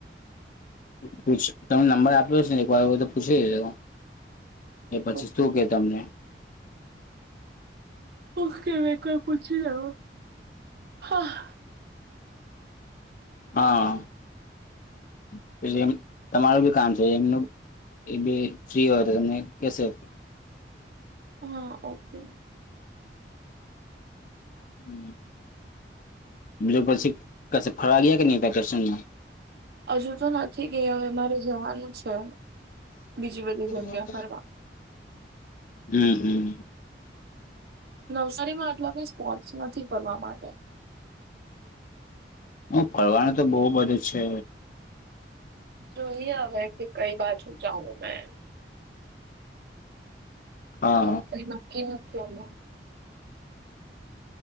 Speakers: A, on the left (about 45°); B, on the right (about 55°).
A: પુછ તમે નંબર આપ્યો છે ને એક વાર એવુ તો પૂછી લેજો એ પછી
B: ઓકે
A: શું કે તમને
B: ભુખ <unintelligible> પછી જાવા હા
A: હા <unintelligible> તમારું બી કામ છે એમનું એ બી ફ્રી હોય તો તમને કેશે
B: હા ઓકે
A: હમ્મ બીજુ પછી કસે ફરવા ગીતા કે ની વેકેશન મા
B: હજુ તો નથી ગઈ હવે મારે જવાનું છે બીજી બધી જગ્યા
A: <unintelligible>
B: ફરવા
A: હમ હમ
B: નવસારીમાં આટલા કઈ સ્પોર્ટસ નથી ફરવા માટે
A: હ ફરવાનુ તો બો બધે છે.
B: જોઈએ હવે કે કઈ બાજુ જાઉ મેં
A: હા
B: આવું કંઈ નકકી નથી <unintelligible>